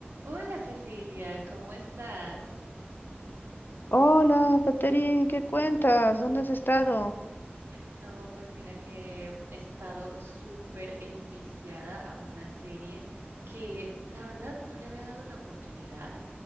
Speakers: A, on the right (about 80°); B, on the left (about 55°).
A: Hola Cecilia, ¿cómo estás?
B: Hola, Caterine, ¿qué cuentas? ¿Dónde has estado?
A: No, pues mira que he estado súper enviciada a una serie que la verdad no le había dado la oportunidad